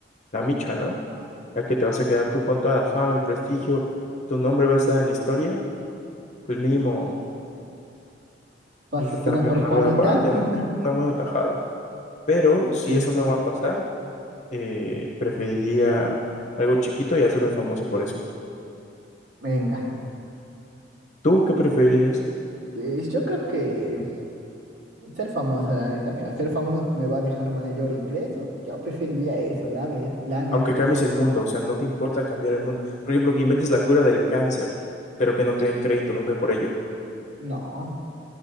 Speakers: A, on the left; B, on the right.
A: la micha, ¿no? Ya que te vas a quedar tú con toda la fama, el prestigio, tu nombre va a estar en la historia, pues mínimo.
B: Pásate
A: pues dame
B: una Sor
A: una
B: Juanita.
A: buena parte,
B: <laughs>
A: ¿no? Una buena tajada. Pero si
B: Sí.
A: eso no va a pasar, eh, preferiría algo chiquito y hacerme famoso por eso.
B: Venga,
A: ¿Tú qué preferirías?
B: pues yo creo que Ser famoso, la neta, mira, ser famoso me va a dejar mayor ingresos. Yo preferiría eso, la, ve- la neta.
A: Aunque cambies el mundo, o sea, no te importa cambiar el mundo. Por ejemplo, que inventes la cura del cáncer, pero que no te den crédito nunca por ello.
B: No,